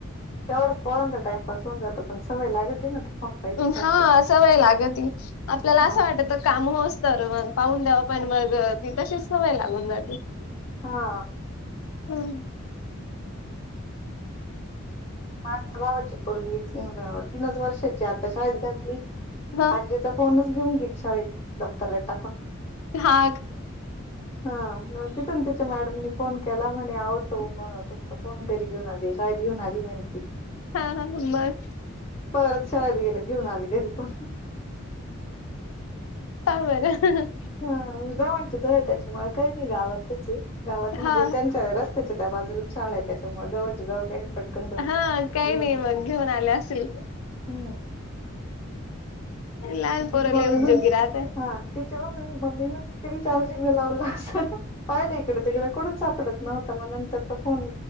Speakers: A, on the left; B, on the left.
A: तेवढाच पोरांचा टाइमपास होऊन जातो पण सवय लागते ना ते. फोन पाहिजे सारखे
B: हा सवय लागते आपल्याला
A: हा
B: असं वाटत काम होईस तोवर मंग पाहून द्यावा पण मग ती तशीच सवय लागून जाते.
A: हा.
B: हम <inaudible>
A: माझ्याच भावाची पोरगी ती गावात तीनच वर्षाचीये आता शाळेत घातली
B: ह
A: आज तर फोनच घेऊन गेली शाळेत दप्तरात टाकून
B: हा.
A: हा न तिथून तिच्या मॅडमनी फोन केला म्हणे आहो तो म तुमचा फोन घरी घेऊन आली शाळेत घेऊन आली म्हणे ती.
B: हा हा मग.
A: परत शाळेत गेली घेऊन आले घरी फोन
B: का बरं?
A: हा जवळच्या जवळ त्याच्यामुळ काही नाही गावातचये. गावात म्हणजे
B: हा
A: त्यांच्या रस्त्याच्या त्या बाजूला शाळा आहे त्याच्यामुळे जवळच्या जवळ काही पटकन जाऊन
B: हा काही
A: घेऊन
B: नाही
A: येते
B: मग घेऊन आल्या असेल.
A: हम्म.
B: लहान पोरं
A: तिची मम्मी
B: लय उद्योगी
A: म्हण
B: राहतात
A: हा तिची म् मम्मी म्हणते तिने चार्जिंगला लावला असल. पहिलं इकड तिकडं कुठंच सापडत नव्हतं म नंतर तो फोन